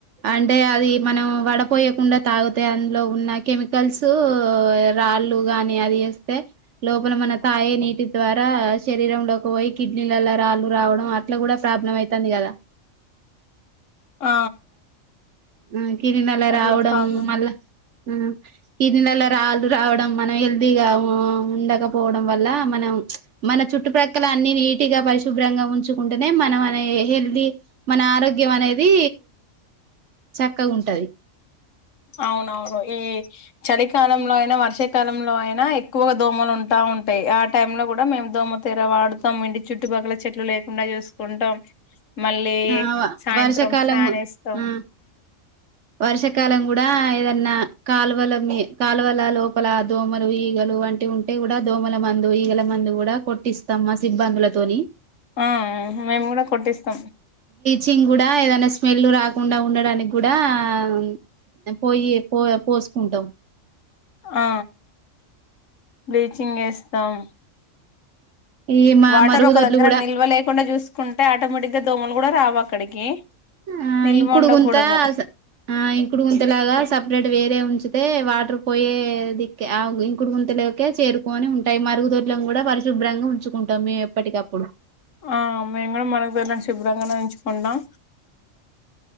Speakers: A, on the right; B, on the left.
A: అంటే అది మనం వడపోయకుండా, తాగుతే అందులో ఉన్నాయి. కెమికల్స్ రాళ్ళలు గాని, అది ఎస్తే లోపల మన తాయే నీటి ద్వారా శరీరంలోకి పోయి, కిడ్నీలలా రాళ్ళు రావడం, అట్లా కూడా ప్రాబ్లం అవుతుంది. కదా!
B: ఆ
A: ఆ కిరి నల
B: అట్లా
A: రావడం
B: ప్రాబ్లం
A: మళ్ళా ఆ కిడ్నీ లరాళ్ళు రావడం, మనం హెల్తీగా ఉండకపోవడం. వల్ల మనం చ్ మన చుట్టుప్రక్కల అన్ని నిట్ పట్టిగా పరిశుభ్రంగా ఉంచుకుంటేనే, మనం హెల్తీ మన ఆరోగ్యం అనేది. చక్కగ ఉంటది.
B: అవునవును ఈ చలికాలంలో అయినా, వర్షాకాలంలో అయినా ఎక్కువగా దోమలు ఉంటా ఉంటాయి. ఆ టై లో కూడా మేము దోమతేర వాడతాం. ఇంటి చుట్టుపక్కల చెట్లు లేకుండా చూసుకుంటాం. మళ్ళీ,
A: ఆ
B: సాయంత్రం
A: వర్షాకాలం
B: ఫ్యాన్ ఇస్తాం.
A: ఆ వర్షాకాలం గూడా ఏదన్నా, కాలువల మీ కాలువల లోపల దోమలు, ఈగలు వంటివి ఉంటే కూడా, దోమల మందు ఈగల మందు కూడా కొట్టిస్తాం. మా సిబ్బందులతోని
B: ఆ మేము గూడా కొట్టిస్తాం.
A: నేనుకూడ కూడా, ఏదైనా స్మెల్ రాకుండా ఉండడానికి గూడా ఆ పోయి పో పోసుకుంటం.
B: ఆ బ్లీచింగ్ ఎస్తాం.
A: ఈ మా
B: వాటర్
A: మరుగుదొడ్లు
B: ఒక దగ్గర
A: కూడా
B: నిల్వ లేకుండా చూసుకుంటే, ఆటోమేటిక్ గా దోమలు కూడా రావు అక్కడికి
A: ఆ
B: నిల్వ
A: ఇంకుడు
B: ఉండకూడదు
A: గుంత ఆ ఇంకుడు గుంత లాగా, సపరేట్ వేరే గా ఉంచితే వాటర్ పోయే ది ఇంకుడు గుంతలోకే చేరుకొని ఉంటాయి. మరుగుదొడ్లను కూడా పరిశుభ్రంగా ఉంచుకుంటాం. మేము ఎప్పటికప్పుడు
B: ఆ మేము కూడా, మనకుతో శుభ్రంగానే ఉంచుకుంటాం.